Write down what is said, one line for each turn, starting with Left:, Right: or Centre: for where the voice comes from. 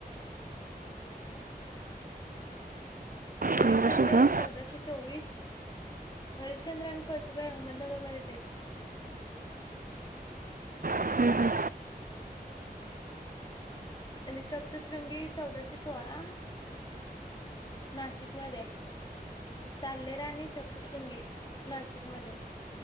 Left: हरिश्चंद्र
Right: पंधराशेच हं?
Left: चौदाशे चोवीस. हरिशचंद्र आणि कळसुबाई अहमदनगरमध्येच हाईत.
Right: हं, हं.
Left: आणि सप्तश्रृंगी चौदाशे सोळा नाशिक मध्ये हाय. साल्हेर आणि सप्तशृंगी नाशिक मध्ये